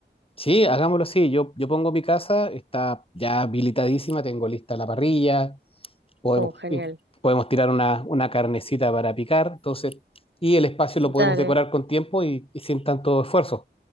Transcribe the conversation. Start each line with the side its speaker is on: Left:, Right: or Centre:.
Left: Sí, hagámoslo así. Yo, yo pongo mi casa, está ya habilitadísima, tengo lista la parrilla, podemos,
Right: Oh, genial.
Left: podemos tirar una, una carnecita para picar, entonces, y el espacio lo podemos
Right: Dale.
Left: decorar con tiempo y, y sin tanto esfuerzo.